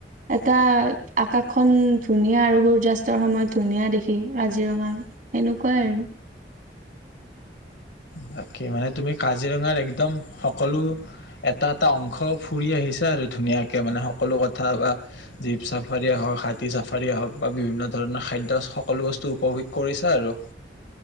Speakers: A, on the right; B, on the left.
A: এটা আকাশখন ধুনীয়া আৰু সূৰ্যাস্তৰ সময়ত ধুনীয়া দেখি কাজিৰঙা। সেনেকুৱাই আৰু।
B: বাকী মানে তুমি কাজিৰঙাৰ একদম সকলো এটা এটা অংশ ফুৰি আহিছা আৰু ধুনীয়াকে মানে সকলো কথা বা জীপ চাফাৰিয়ীয়ে হওক, হাতী চাফাৰীয়ে হওক বা বিভিন্ন ধৰণৰ খাদ্য সকলো বস্তু উপভোগ কৰিছা আৰু।